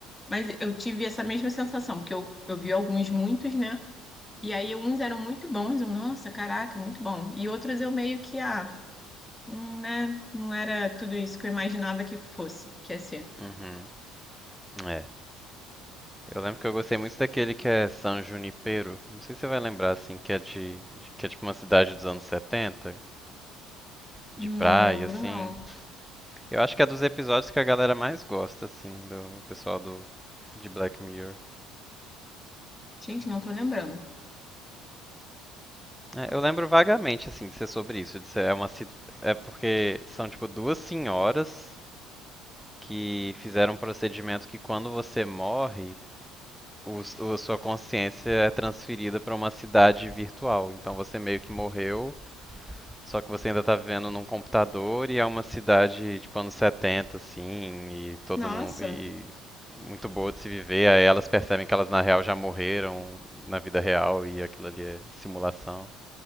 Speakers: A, on the left; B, in the centre.
A: Mas eu tive essa mesma sensação, porque eu, eu vi alguns muitos, né? E aí uns eram muito bons, eu, nossa, caraca, muito bom. E outros eu meio que, ah, não, né, não era tudo isso que eu imaginava que fosse, que ia ser.
B: uhum. É. Eu lembro que eu gostei muito daquele que é San Junipero. Não sei se você vai lembrar, assim, que é de. que é tipo uma cidade dos anos 70, de
A: Não
B: praia,
A: lembro,
B: assim.
A: não.
B: Eu acho que é dos episódios que a galera mais gosta, assim, do o pessoal do de Black Mirror.
A: Gente, não tô lembrando.
B: É, eu lembro vagamente, assim, de ser sobre isso, de ser é uma ci- é porque são tipo duas senhoras que fizeram um procedimento que quando você morre, os- o- a sua consciência é transferida para uma cidade virtual. Então você meio que morreu, só que você ainda tá vivendo num computador e é uma cidade tipo anos 70 assim, e todo
A: Nossa,
B: mundo e e muito boa de se viver. Aí elas percebem que elas na real já morreram na vida real e aquilo ali é simulação.